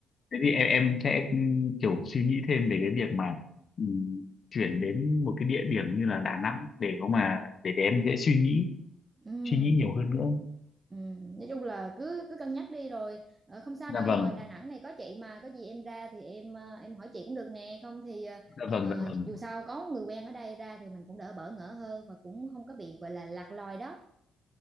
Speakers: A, on the left; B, on the right.
A: thế thì em em sẽ ừm, kiểu suy nghĩ thêm về cái việc mà ừm, chuyển đến một cái địa điểm như là Đà Nẵng để có mà để, để em dễ suy nghĩ
B: ừ
A: suy nghĩ nhiều hơn nữa
B: Ừ, nói chung là cứ cứ cân nhắc đi rồi ờ, không sao
A: dạ
B: đâu
A: vâng
B: ngoài Đà Nẵng này có chị mà có gì em ra thì em ờ, em hỏi chị cũng được nè không thì ờ,
A: dạ vâng
B: ờ,
A: dạ vâng
B: dù sao có người quen ở đây ra thì mình cũng đỡ bỡ ngỡ hơn và cũng không có bị gọi là lạc lòi đó